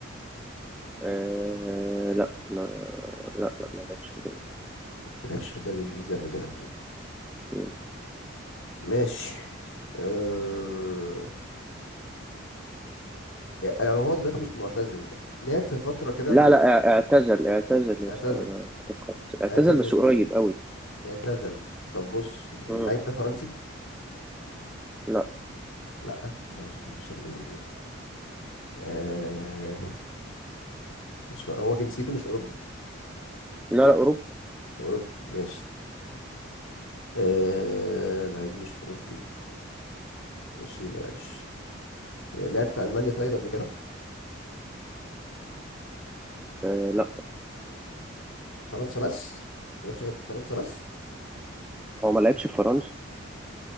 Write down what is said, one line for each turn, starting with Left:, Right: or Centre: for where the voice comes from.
Centre: آه لا ما لا لا ما لعبش في
Left: ما لعبش في الدوري الإنجليزي قبل كده
Centre: الجنوب.
Left: ماشي أه... يعني هو دلوقتي مش معتزل لعب في فترة كده
Centre: لا
Left: من الفترات
Centre: لا اع- اعتزل اعتزل يا
Left: اعتزل
Centre: اسطى انا افتكرت اعتزل
Left: اعتزل
Centre: بس قريب قوي
Left: اعتزل طب بص
Centre: مم.
Left: اللعيب ده فرنسي
Centre: لا
Left: لا ما مش مش شربيني ماشي أه... مش فر... هو جنسيته مش أوروبي
Centre: لا لا اوروبي
Left: أوروبي ماشي آه لعيب مش مربي ماشي ما لعبش لعب في ألمانيا طيب قبل كده
Centre: آه لا
Left: فرنسا بس ما لعبش غير في فرنسا بس
Centre: هو ما لعبش في فرنسا